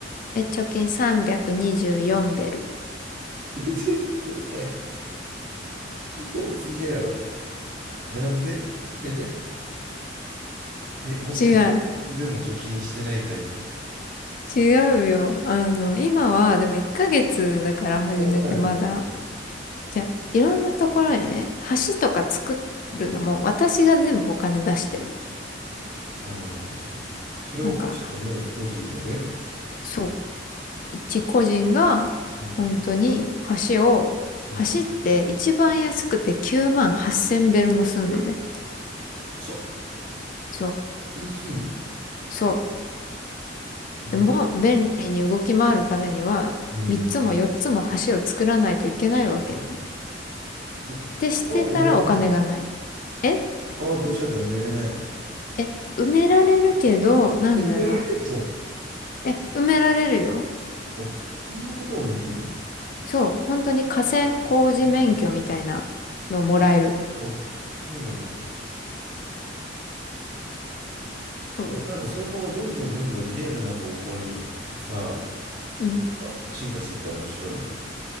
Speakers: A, on the left (about 45°); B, on the right (about 45°).
A: え、貯金324ベル。
B: いや、絶対、多すぎやろ。なんで <laughs> え、もしかして、
A: 違う。
B: いつでも貯金してないタイプ。
A: 違うよ。あの、今は、でも1ヶ月だから始めてまだ。
B: 働かんやろ、絶対。
A: じゃあ、いろんなところにね、橋とか作るのも私が全部お金出してる。
B: うん。それはおかしいよね、
A: なんか、
B: 個人がね。
A: そう。一個人が
B: うん。
A: 本当に橋を、
B: うん。
A: 橋って一番安くて9万8000ベルもすんのね。
B: え、そ、
A: そう。
B: そんなすんの
A: そう。
B: うん。
A: でも、便利に動き回るためには、
B: うん。
A: 3つも4つも橋を作らないといけないわけ。
B: 確かに。なんか川埋めれないの
A: てしてたらお金がない。え
B: 川土砂で埋めれないの
A: え、埋められるけど、なんだろ
B: え、埋められんの
A: う。え、埋められるよ。
B: お、そんなこともできんの
A: そう。本当に河川工事免許みたいなのもらえる。
B: そうなんでったらねえ、あ、そうなんだ。
A: そ
B: うわなんかそのままどんどんどんどんリアルな方向にさ、
A: う。うん。
B: なんか進化していったら面白いな。